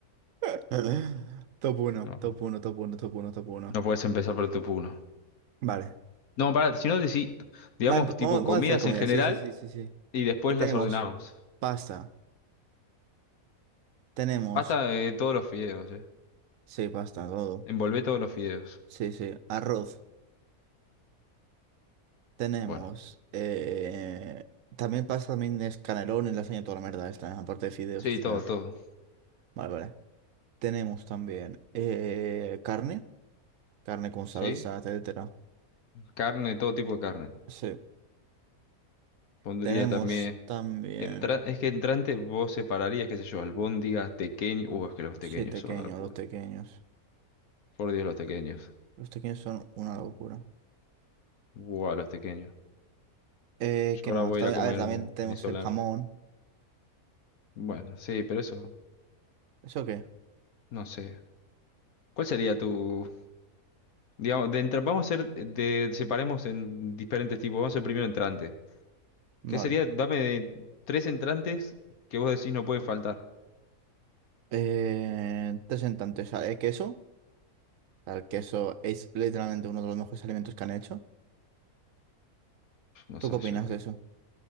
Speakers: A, on the right; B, on the left.
A: <laughs> Top uno
B: No,
A: top uno top uno top uno top uno
B: no puedes empezar por tu puno.
A: Vale.
B: No, pará, si no, decí, digamos,
A: Vale, empe-
B: tipo
A: vamos, vamos
B: comidas
A: a hacer comida.
B: en general
A: Sí, sí, sí, sí, sí.
B: y después
A: Tenemos
B: las ordenamos.
A: pasta. Tenemos.
B: Hasta eh, todos los fideos, ¿eh?
A: Sí, pasta, todo.
B: Envolvé todos los fideos.
A: Sí, sí. Arroz. Tenemos.
B: Bueno,
A: eh, También pasta, también es canelones, lasaña, toda la mierda esta, aparte de fideos,
B: sí,
A: etcétera.
B: todo, todo.
A: Vale, vale. Tenemos también eh, carne, carne con salsa,
B: ¿Sí?
A: etcétera.
B: Carne, todo tipo de carne.
A: Sí.
B: Pondría
A: Tenemos
B: también.
A: también,
B: Entra- es que entrante vos separarías, qué sé yo, albóndigas, tequeños. Uh, es que los tequeños
A: sí, tequeños,
B: son una locura.
A: los tequeños.
B: Por Dios, los tequeños.
A: Los tequeños son una locura.
B: Buah, los tequeños.
A: Eh,
B: Yo
A: ¿qué
B: ahora
A: más?
B: voy
A: También,
B: a ir a comer
A: a ver, también
B: un
A: tenemos
B: venezolano.
A: el jamón.
B: Bueno, sí, pero eso,
A: ¿Eso qué?
B: no sé. ¿Cuál sería tu, digamos, de entra- vamos a hacer, de, separemos en diferentes tipos. Vamos a hacer primero entrante.
A: Vale.
B: ¿Qué sería? Dame de tres entrantes que vos decís no pueden faltar.
A: Eh, tres en tanto, o sea, el queso. O sea, El queso es literalmente uno de los mejores alimentos que han hecho.
B: No
A: ¿Tú
B: sé
A: qué opinas
B: yo,
A: de
B: eh.
A: eso?